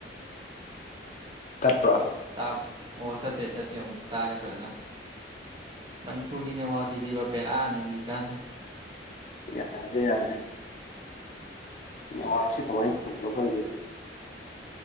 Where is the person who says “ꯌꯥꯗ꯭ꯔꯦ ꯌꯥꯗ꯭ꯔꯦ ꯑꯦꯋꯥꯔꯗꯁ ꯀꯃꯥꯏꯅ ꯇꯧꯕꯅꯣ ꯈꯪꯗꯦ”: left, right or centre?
Left